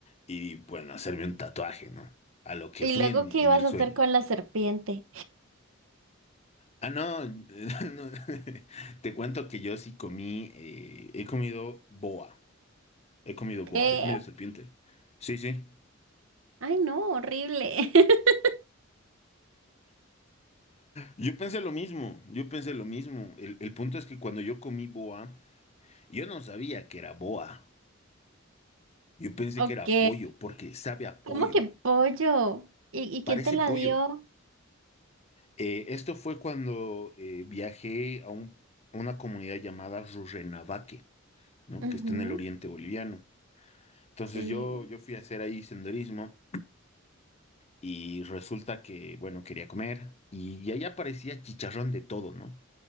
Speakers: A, on the left; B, on the right.
A: Y bueno, hacerme un tatuaje, ¿no? A lo que
B: ¿Y
A: fui
B: luego
A: en,
B: qué
A: en
B: ibas
A: el
B: a
A: sueño.
B: hacer con la serpiente?
A: Ah, no, <laughs> no, te cuento que yo sí comí, eh, he comido boa, he comido
B: ¿Qué?
A: boa, he comido serpiente. Sí, sí.
B: Ay, no, horrible. <laughs>
A: Yo pensé lo mismo, yo pensé lo mismo. El, el punto es que cuando yo comí boa, yo no sabía que era boa. Yo pensé
B: Ok.
A: que era pollo, porque sabe a
B: ¿Cómo
A: pollo.
B: que pollo? ¿Y, y
A: Parece
B: quién te la
A: pollo.
B: dio?
A: Eh, esto fue cuando eh, viajé a, un- a una comunidad llamada Rurrenabaque, ¿no?
B: Ujú,
A: Que está en el oriente boliviano. Entonces
B: sí.
A: yo, yo fui a hacer ahí senderismo y resulta que, bueno, quería comer y, y ahí aparecía chicharrón de todo, ¿no?